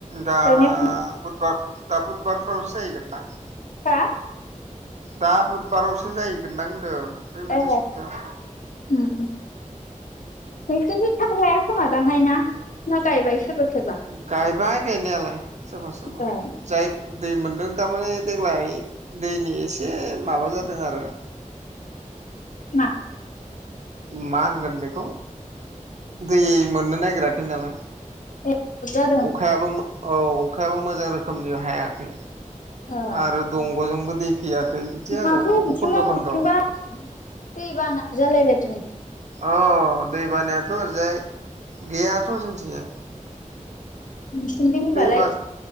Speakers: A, on the right (about 60°); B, on the left (about 75°).
A: दा
B: गायनायफ्रा
A: बुद दा बुदबारफोरावसो जाहैगोनदां।
B: हा
A: दा बुदबारावसो जाहैगोन दां होनदों। बे मोनसे
B: एहे
A: सप्तायाव
B: उम उम नोंसोरनि थाब गायिखोमादां हाय ना ना गायबाय सोरबा सोरबा
A: गायबाय गायनायालाय सोरबा सोरबा
B: ए
A: जाय दै मोनदों थारमाने देग्लाय दैनि एसे माबा जादों आरो।
B: मा
A: मा होनगोन बेखौ दै मोननो नागिराखै नालाय।
B: ए जादों
A: अखायाबो औ अखायाबो मोजां रोखोमनि हायाखै।
B: ए
A: आरो दंग'जोंबो दै फैयाखै बिदि आरो
B: माथो
A: बबाव
B: अबेथिंबा
A: खन्द'
B: अबेथिंबा
A: खन्द'
B: दै बाना जालायलाय
A: अ दै बानायाथ' ओरैजाय गैयाथ' जोंथिंजाय
B: नोसोरनिथिं होमबालाय
A: दैबा